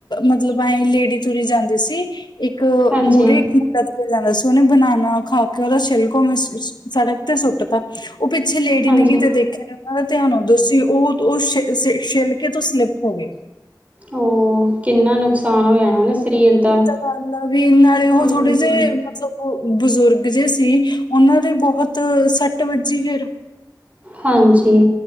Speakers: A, on the left; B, on the right.
A: ਮਤਲਬ ਆਏ ਲੇਡੀ ਤੁਰੀ ਜਾਂਦੀ ਸੀ। ਇੱਕ
B: ਹਾਂਜੀ
A: ਮੂਰੇ ਇੱਕ ਮੁੰਡਾ ਤੁਰਿਆ ਜਾਂਦਾ ਸੀ। ਉਹਨੇ ਬਨਾਣਾ ਖਾ ਕੇ ਉਹਦਾ ਛਿਲਕਾ ਸੜਕ ਤੇ ਸੁੱਟ ਤਾਂ। ਉਹ ਪਿੱਛੇ ਲੇਡੀ
B: ਹਾਂਜੀ
A: ਨੰਗੀ ਤੇ ਕਿਤੇ ਦੇਖਿਆ ਨੇ ਉਹਨਾਂ ਦਾ ਧਿਆਨ ਦੁਸੀਂ ਉਹ-ਉਹ ਛੀ-ਛੀ-ਛੀ ਛਿੱਲਕੇ ਤੋਂ ਸਲਿੱਪ ਹੋ ਗੇ।
B: ਉਹ ਕਿੰਨਾ ਨੁਕਸਾਨ ਹੋਆ ਹੋਣਾ ਨਾ ਸਰੀਰ ਦਾ।
A: ਗਲੱ ਆ ਵੀ ਨਾਲੇ ਉਹ
B: ਹੂੰ
A: ਥੋੜੇ ਜੇ ਮਤਲਬ ਬਜ਼ੁਰਗ ਜੇ ਸੀ। ਉਹਨਾਂ ਦੇ ਬਹੁਤ ਸੱਟ ਵੱਜੀ ਫਿਰ।
B: ਹਾਂਜੀ,